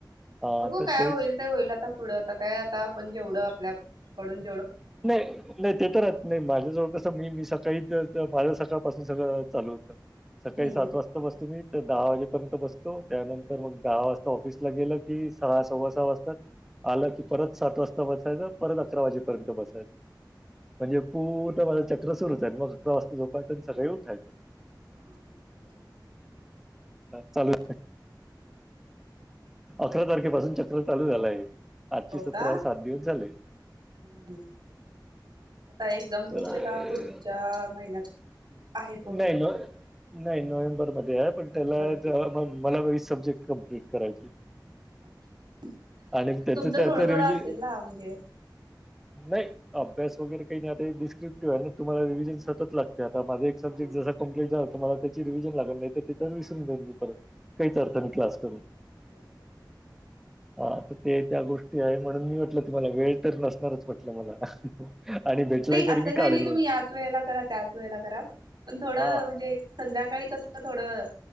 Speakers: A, on the right; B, in the centre.
A: बघू
B: हा तर
A: काय
B: तेच
A: होईल ते होईल आता पुढं आता काय आता आपण जेवढं आपल्याकडून
B: नाही नाही ते तर रात नाही माझ्याजवळ मी मी सकाळी माझ्या सकाळपासून सगळं चालू होतं सकाळी
A: हम्म
B: सात वाजता बसत मी दहा वाजेपर्यंत बसतो त्यानंतर
A: हम्म
B: मग दहा वाजता ऑफिसला गेलं की सहा सव्वा सहा वाजताात आला की परत सात वाजता बसायचा परत अकरा वाजेपर्यंत बसायच म्हणजे पूर्ण माझं चक्र सुरूच. स मग अकरा वाजता झोपायचं आणि सगळे उठायचं.
A: हा बरोबर
B: चालू अकरा तारखेपासून चक्र चालू झालंय. आजची
A: हो
B: सतरा
A: का
B: सात दिवस झाले.
A: हम्म आता एकदम तुमच्या
B: तर
A: आता पुढच्या महिन्यात आहेत बहुतेक
B: नाही न नाही. नोव्हेंबर मध्ये आहे. पण
A: नोव्हेंबर
B: त्याला
A: हा
B: म मला वीस सब्जेक्ट कमप्लीट करायचे
A: अच्छा.
B: आणि त्याच
A: तुमचं
B: तर
A: थोडं
B: तर
A: थोडं
B: रिजन
A: असेल ना म्हणजे
B: नाही. अभ्यास वगैर काही नाही डिस्प्टिव आहे. ना तुमला रि्हिजन सत लागते आताझ एक
A: हा
B: सबजेक् जसा कंप्लीट तुमला त्याची रीव्हिजन लागल नाही. ते तर विसरूनई
A: हम्म
B: काही तरता मी
A: बरोबर
B: क्लास करून.
A: बरोबर
B: हा तर ते त्या गोष्टी आहे म्हणून मी म्हटलं तुम्हाला वेळ तर नसणारच म्हटलं मला आणि भेटलाय
A: नाही.
B: तरी
A: असं
B: मी
A: काही
B: काढेल
A: नाही. तुम्ही
B: होत
A: याच वेळेला करा त्याच वेळेला करा पण थोड म्हणजे
B: हा
A: संध्याकाळी कस थोडं